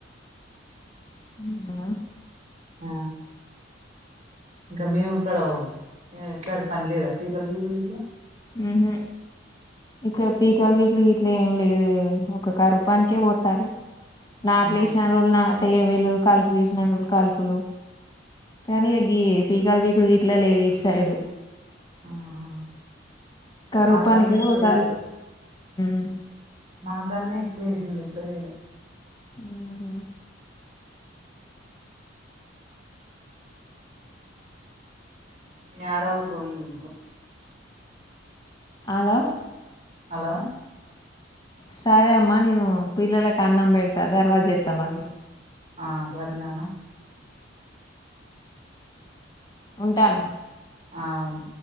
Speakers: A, on the left (about 20°); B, on the right (about 35°).
A: మ్మ్ ఆ
B: ఆ ఇంకా మీ ఊక్కడ ఓ ఇట్లా పని లేదా పీకల పీకులు ఇట్లా
A: ఊహు ఇక్కడ పీకాలు <unintelligible> అట్లే ఏం లేదు వే ఒక క రూపానికే పోతారుా నా
B: ఆ
A: ప్లేస్ లో ఎవరున్నా ఇట్లా ఏ వేలు కాలుపు తీసినం కాలుపులు కానీ ఆ గి పీకలు వీకుడు గిట్ల లేదు ఇటు సైడు
B: ఆహా
A: కా
B: మాకాడనే
A: రూపానికే
B: ఎక్కువ
A: పోతాలు మ్
B: మాకాన్న ఎక్కువ వేసింది ఇక్కడ ఏయ్లా
A: ఊహు
B: <unintelligible>
A: అలో
B: హలో
A: సరే అమ్మ నేను పిల్లలకి అన్నంపెడతా తర్వాత జేత్త మల్లి
B: ఆ సరే నానా
A: ఉంటాను
B: ఆ అవును